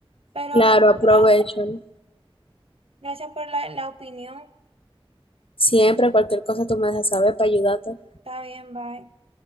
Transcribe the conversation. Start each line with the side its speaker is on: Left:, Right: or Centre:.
Right: Pero
Left: Claro,
Right: no,
Left: aprovecho.
Right: gracias,
Left: ¿no?
Right: gracias por la la opinión.
Left: Siempre cualquier cosa tú me dejas saber para ayudarte.
Right: Está bien, bye.